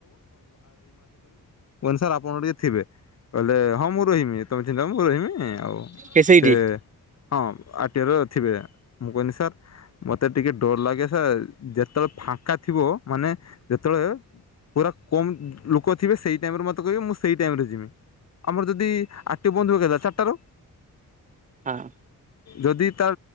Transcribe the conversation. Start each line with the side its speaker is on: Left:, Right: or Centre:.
Left: ସାର୍ ଆପଣଙ୍କ ଟିକେଥିବେ କହିଲେ ହଁ ମୁଁ ରହମି ତମେ ଚିହ ମୁଁ ରହିବି ଆଉ!
Right: କେ ସେଇଠି
Left: ସେ ହଁ ଆଟି ର ଥିବେ। ମୁଁ କହନି ସାର୍ ମୋତେ ଟିକେ ଡୋର ଲାଗେ ସାର୍ ଯେତେବେଳେ ଫାଙ୍କା ଥିବ ମାନେ ଯେତେବେଳେ ପୁରା କମ୍ ଲୋକ ଥିବେ। ସେଇ ଟାଇମରେ ମୋତେ କହିବେ ମୁଁ ସେଇ ଟାଇମରେ ଯିବି। ଆମର ଯଦି ଆରଟିଓ ବନ୍ଦ କେତବଳେ ଚାରିଟାରେ।
Right: ହଁ।
Left: ଯଦି ତା